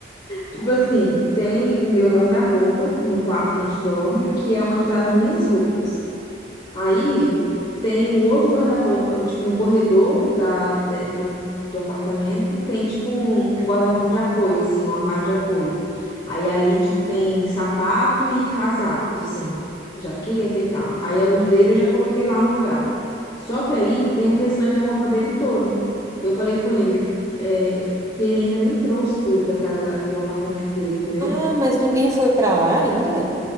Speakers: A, on the left; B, on the right.
A: Tipo assim, tem o meu guarda-roupa no quarto que a gente dorme,
B: Uhum,
A: que é onde tá as minhas roupas. Aí tem um outro guarda-roupa, no- tipo, no corredor da, de- do, do apartamento, tem tipo um, um
B: uhum.
A: guarda-roupa de apoio, assim, um armário de apoio. Aí ali, tipo, tem sapato e casacos, assim, jaqueta e tal. Aí os dele eu já coloquei lá no lugar. Só que aí
B: Ah,
A: tem o restante da roupa dele toda. Eu falei com ele, é, que ele ainda nem trouxe tudo da casa, do apartamento dele, entendeu?
B: Ah, mas ninguém foi para lá ainda?